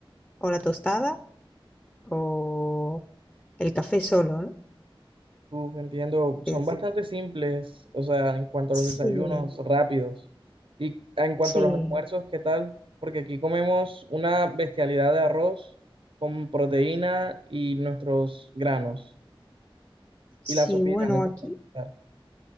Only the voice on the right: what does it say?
Uf, entiendo, son
bastante simples, o sea, en cuanto
a los desayunos, rápidos. Y en cuanto
a los almuerzos, ¿qué tal? Porque aquí comemos una bestialidad de arroz con proteína y nuestros granos.
Y la sopita,
Uy, nunca.
puede faltar.